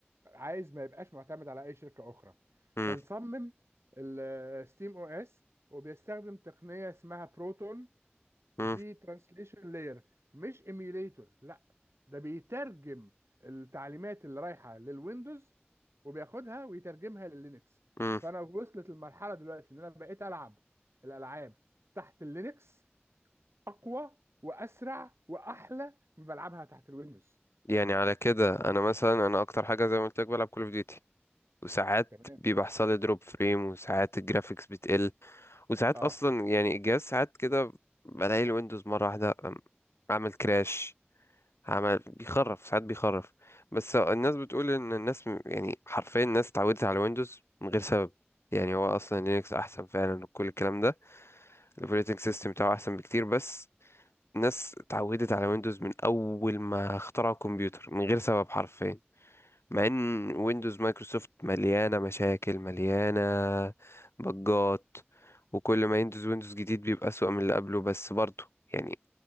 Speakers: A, on the right; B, on the left.
A: عايز ما يبقاش معتمد على اي شركه اخرى
B: امم
A: فنصمم الستيم او اس وبيستخدم تقنيه اسمها بروتون
B: امم
A: دي ترانسليشن لاير مش ايميوليتور لا ده بيترجم التعليمات اللي رايحه للويندوز وبياخدها ويترجمها لللينكس
B: امم
A: فانا وصلت المرحله دلوقتي ان انا بقيت العب الالعاب تحت اللينكس اقوى واسرع واحلى من بلعبها تحت الويندوز
B: يعني على كده انا مثلا انا اكتر حاجه زي ما قلت لك بلعب كول اوف ديوتي وساعات
A: تمام
B: بيبقى حصل لي دروب فريم وساعات الجرافيكس بتقل وساعات
A: اه
B: اصلا يعني الجهاز ساعات كده بلاقي الويندوز مره واحده أم، عمل كراش عمل بيخرف ساعات بيخرف بس الناس بتقول ان الناس م- يعني حرفيا الناس اتعودت على الويندوز من غير سبب يعني هو اصلا لينكس احسن فعلا وكل الكلام ده الاوبريتنج سيستم بتاعه احسن بكتير بس الناس اتعودت على ويندوز من اول ما اخترعوا الكمبيوتر من غير سبب حرفيا مع ان ويندوز مايكروسوفت مليانة مشاكل مليانة بجات وكل ما يندوز ويندوز جديد بيبقى أسوأ من اللي قبله بس برضه يعني